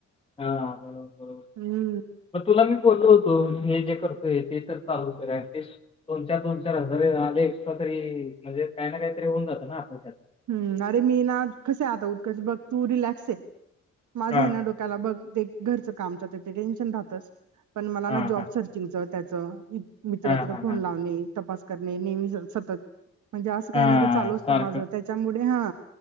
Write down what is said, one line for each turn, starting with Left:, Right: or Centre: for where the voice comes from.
Left: हा बरोबर बरोबर
Right: हम्म
Left: मग तुला मी बोलतो होतो हे जे करतोय ते तर चालू करा तेच दोन चार दोन चार हजार आले एक तरी म्हणजे काही ना काहीतरी होऊन जातं ना आपलं त्यात
Right: हम् अरे मी ना कसे आता उतकाच बघ तू रिलॅक्स आहे माझा
Left: हां,
Right: आहे ना ड ब ते घरच काम ते टेनशन राहत पण मला
Left: हां,
Right: ना जाॅब
Left: हां.
Right: त्याच मित्त्र
Left: हां, हां,
Right: फोन
Left: हां.
Right: लावणे तपास करणे नेहमी सतत म्हणजे असं
Left: हां,
Right: काही नाही की चालू असत
Left: सारखं.
Right: माझं त्याच्यामुळे हा